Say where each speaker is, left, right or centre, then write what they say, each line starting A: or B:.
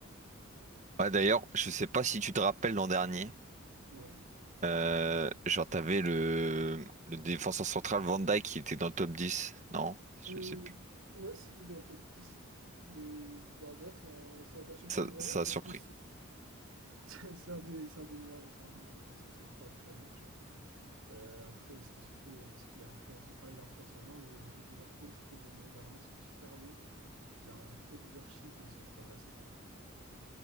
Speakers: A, on the right (about 35°); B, on the right (about 80°).
A: Ouais, d'ailleurs, je sais pas si tu te rappelles l'an dernier.
B: Ouais.
A: Euh, genre, t'avais le, le défenseur central Van Dijk qui était dans le top 10. Non, je
B: Euh,
A: sais plus.
B: ouais, si, il était dans le top dix Mais bah, d'ailleurs, ça, ça n'a pas surpris
A: Ça,
B: grand
A: ça
B: monde
A: a
B: parce
A: surpris.
B: que C'est <laughs> c'est un des, c'est un des meilleurs, c'est un des meilleurs défenseurs centraux actuellement, tu vois. Euh, après, c'était surtout euh, parce qu'il a influencé, enfin, il influence à mort le, le jeu de Liverpool, je trouve, au niveau de la relance, il est super bon. Puis il a un gros leadership et il se laisse pas passer, quoi.